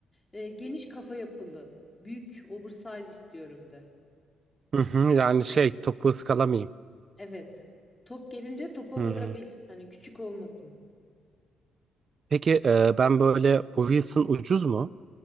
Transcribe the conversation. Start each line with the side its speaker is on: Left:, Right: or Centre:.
Left: e, geniş kafa yapılı. Büyük oversize istiyorum de.
Right: hı Yani şey topu ıskalamayayım.
Left: Evet. Top gelince topa
Right: Hı.
Left: vurabil. Hani küçük olmasın.
Right: Peki e, ben böyle bu Wilson ucuz mu?